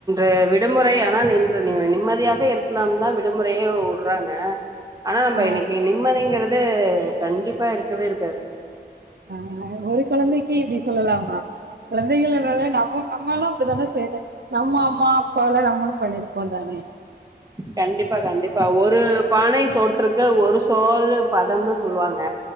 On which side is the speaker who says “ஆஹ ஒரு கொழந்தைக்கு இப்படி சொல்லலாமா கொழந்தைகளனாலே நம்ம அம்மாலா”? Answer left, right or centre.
Right